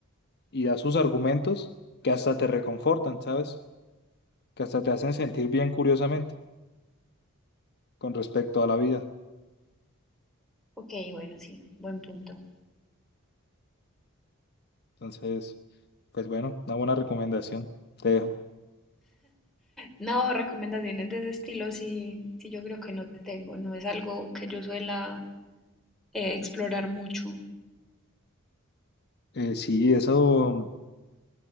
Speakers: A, on the left; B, in the centre.
A: y da sus argumentos que hasta te reconfortan, ¿sabes? Que hasta te hacen sentir bien curiosamente con respecto a la vida.
B: Ok, bueno, sí, buen punto.
A: Entonces, pues bueno, una buena recomendación, te dejo.
B: No, recomendaciones de ese estilo sí, sí, yo creo que no te tengo. No es algo que yo suela eh, explorar mucho.
A: Eh, sí, eso,